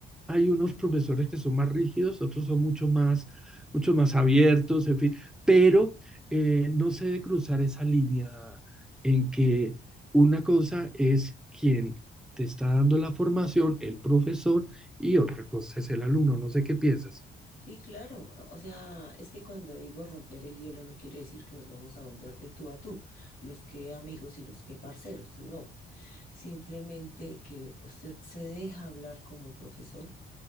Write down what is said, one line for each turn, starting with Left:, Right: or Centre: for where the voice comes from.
Centre: hay unos profesores que son más rígidos, otros son mucho más, mucho más abiertos, en fin, pero eh, no se debe cruzar esa línea en que una cosa es quien te está dando la formación, el profesor, y otra cosa es el alumno. No sé qué piensas.
Left: Sí, claro. O sea, es que cuando digo romper el hielo no quiere decir que nos vamos a volver de tú a tú, los que amigos y los que parceros. No, simplemente que usted se deja hablar como profesor